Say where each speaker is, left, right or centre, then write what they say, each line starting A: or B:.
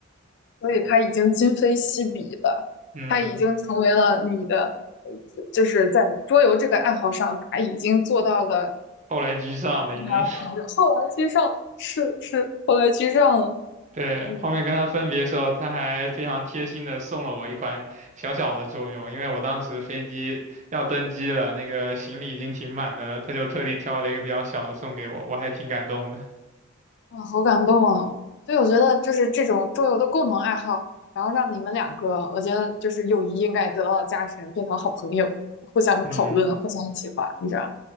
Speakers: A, on the left; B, on the right.
A: 所以他已经今非昔比了，
B: 嗯，
A: 他已经成为了你的，呃就是在桌游这个爱好上，他已经做到了
B: 后来居上了已经。
A: 非常狂热，
B: <laughs>
A: 后来居上，是是后来居上了。
B: 对，
A: 嗯。
B: 后面跟他分别的时候，他还非常贴心的送了我一款小小的桌游，因为我当时飞机要登机了，那个行李已经挺满的了，他就特地挑了一个比较小的送给我，我还挺感动的。
A: 啊，好感动啊！所以我觉得，就是这种桌游的共同爱好，然后让你们两个，我觉得就是友谊应该得到加深，变成好朋友，互相讨论，
B: 嗯。
A: 互相一起玩，你知道。